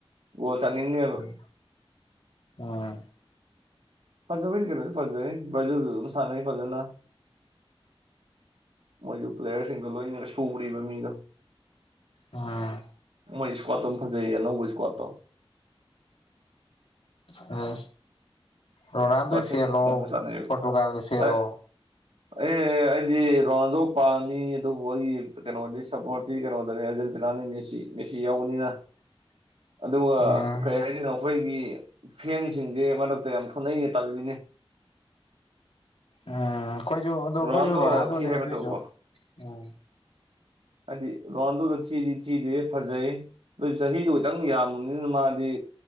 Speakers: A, on the right (about 75°); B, on the left (about 75°).
A: ꯒꯣꯜ ꯆꯟꯅꯤꯡꯅꯦꯕ
B: ꯎꯝ ꯎꯝ
A: ꯐꯖꯕꯩꯗꯤ ꯀꯩꯅꯣꯖꯨ ꯐꯖꯩ ꯕꯔꯖꯤꯜꯖꯨ ꯑꯗꯨꯝ ꯁꯥꯟꯅꯩ ꯐꯖꯅ ꯃꯣꯏꯖꯨ ꯄ꯭ꯂꯦꯌꯔꯁꯤꯡꯗꯣ ꯂꯣꯏꯅ ꯁꯨꯔꯤꯕ ꯃꯤꯗꯣ
B: ꯑꯝ
A: ꯃꯣꯏ ꯏꯁꯀ꯭ꯋꯥꯠꯇꯨꯝ ꯐꯖꯩꯌꯦ ꯑꯅꯧꯕ ꯏꯁꯀ꯭ꯋꯥꯠꯇꯣ
B: ꯑꯁ ꯔꯣꯅꯥꯜꯗꯣꯏ
A: ꯄꯥꯔꯁꯦꯟꯇꯦꯖꯇ
B: ꯐꯦꯂꯣ
A: ꯑꯗꯨꯝ ꯆꯥꯟꯅꯩꯕ
B: ꯄꯣꯔꯇꯨꯒꯜꯒꯤ ꯐꯦꯂꯣ
A: ꯑꯦ ꯑꯦ ꯑꯩꯗꯤ ꯔꯣꯅꯤꯜꯗꯣ ꯄꯥꯝꯃꯤ ꯑꯗꯨꯕꯨ ꯑꯩ ꯀꯩꯅꯣꯗꯤ ꯁꯞꯄ꯭ꯔꯣꯛꯇꯤ ꯀꯩꯅꯣꯗꯅꯤ ꯑꯦꯔꯖꯦꯟꯇꯤꯅꯥꯅꯤꯅꯦ ꯁꯤ ꯃꯦꯁꯤ ꯌꯥꯎꯕꯅꯤꯅ
B: <inaudible>
A: ꯑꯗꯨꯒ
B: ꯎꯝ
A: ꯀꯩ ꯍꯥꯏꯗꯅꯣ ꯑꯩꯈꯣꯏꯒꯤ ꯐꯦꯟꯁꯤꯡꯖꯦ ꯃꯔꯛꯇ ꯌꯥꯝ ꯈꯠꯅꯩꯅꯦ ꯇꯜꯂꯤꯅꯦ
B: ꯑꯥ ꯑꯩꯈꯣꯏꯁꯨ ꯑꯗꯨ ꯑꯩꯈꯣꯏꯁꯨ
A: ꯔꯣꯅꯥꯜꯗꯣ
B: ꯔꯣꯅꯥꯜꯗꯣꯅꯦ
A: ꯊꯤ ꯍꯥꯏꯕ
B: ꯑꯗꯨꯏꯖꯨ
A: ꯅꯠꯇꯕꯀꯣ
B: ꯎꯝ
A: ꯍꯥꯏꯗꯤ ꯔꯣꯅꯥꯜꯗꯣꯗꯣ ꯊꯤꯗꯤ ꯊꯤꯗꯦ ꯐꯖꯩ ꯑꯗꯣꯏ ꯆꯍꯤꯗꯨ ꯈꯤꯇꯪ ꯌꯥꯝꯃꯕꯅꯤꯅ ꯃꯥꯗꯤ